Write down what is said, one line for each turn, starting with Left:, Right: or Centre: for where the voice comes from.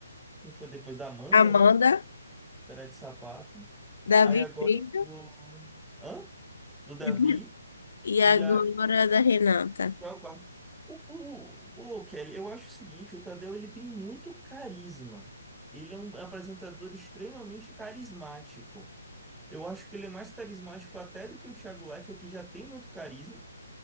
Centre: Quem foi depois da Amanda,
Left: Amanda,
Centre: né? Era de sapato.
Left: Davi
Centre: Aí agora
Left: Brito
Centre: do. Hã? Do Davi.
Left: depois- e
Centre: E
Left: agora
Centre: a...
Left: a da Renata.
Centre: já é o quarto. O, o, o Kelly, eu acho o seguinte: o Tadeu ele tem muito carisma. Ele é um apresentador extremamente carismático. Eu acho que ele é mais carismático até do que o Thiago Leifert, que já tem muito carisma,